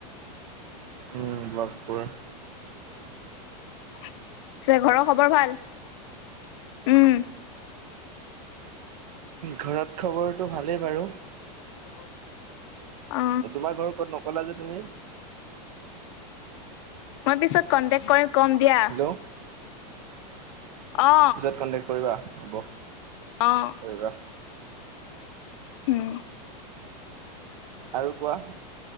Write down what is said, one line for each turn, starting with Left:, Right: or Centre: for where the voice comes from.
Right: উম' ব্লাব কয়ে।
Left: পিছে ঘৰৰ খবৰ ভাল? উম'।
Right: ঘৰত খবৰটো ভালেই বাৰু।
Left: <unintelligible> অ
Right: তোমাৰ ঘৰ ক'ত নকলা যে তুমি?
Left: মই পিছত কন্টেক্ট কৰি কম দিয়া।
Right: হেল্ল' পিছত
Left: অ
Right: কণ্টেক্ট কৰিবা, হ'ব।
Left: অঁ
Right: কৰিবা
Left: উম'।
Right: আৰু কোৱা?